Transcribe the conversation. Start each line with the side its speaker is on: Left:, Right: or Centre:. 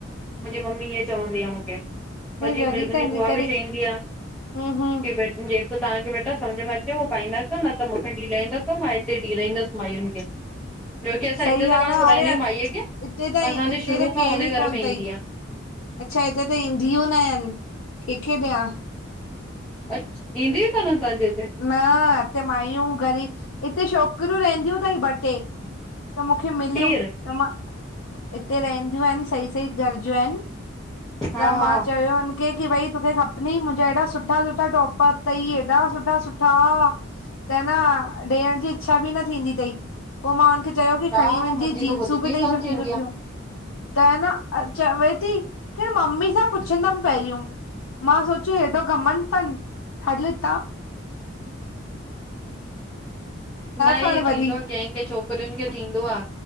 Centre: मुंहिंजी मम्मी इअं चवंदी आहे मूंखे। मुंहिंजी,
Left: जॾहिं
Centre: मुंहिंजी
Left: त हिन
Centre: बुआ
Left: करे
Centre: बि चईंदी आ
Left: हम्म हम्म
Centre: की जेको तव्हांखे बेटा समझ में अचे पाईंदा न त मूंखे ॾई लाईंदा कयो मां हिते ॾई लाईंदसि माईयुनि खे। छोकी असां
Left: सही
Centre: हिते
Left: आहे
Centre: त कोन्ह
Left: न
Centre: घुराईंदा
Left: अरे
Centre: आहियूं माईअ खेे,
Left: हिते त
Centre: असांजे
Left: हिते
Centre: शुरू
Left: त केर
Centre: खां हुन घर
Left: ई कोन
Centre: में
Left: अथई
Centre: ईंदी आ।
Left: अच्छा हिते त ईंदियूं न आहिन कंहिंखे ॾियां?
Centre: अच्छ ईंदीयू कानन तव्हांजे इते?
Left: न हिते माइयूं ग़रीब हिते छोकिरियूं रहंदियूं थई ॿ टे। त मूंखे मिलियूं
Centre: खीर
Left: त मां हिते रहंदियूं आहिन सही सही घर जूं आहिन
Centre: हा
Left: त
Centre: हा
Left: मां चयो हुनखे की भई तोखे खपनि? मुंहिंजा हेॾा सुठा सुठा टॉपर थई हेॾा सुठा ॾा सुठा त न ॾियण जी इच्छा बि न थींदी तई। पो मां हुनखे चयो की
Centre: हा
Left: खणी वञीजाई
Centre: मुंहिंजी
Left: जींसूूं
Centre: त ख़ुद जी
Left: बि थई
Centre: कान
Left: सुठियूं
Centre: थींदी
Left: सुठियूं।
Centre: आ
Left: त हन चवे थी के ममी सां पुछंदम पहिरियों। मां सोचियो हेॾो घमंड तन हल हितां।
Centre: न
Left: खण
Centre: इएं
Left: भली
Centre: थींदो आ कें कें छोकिरियुनि खे थींदो आ।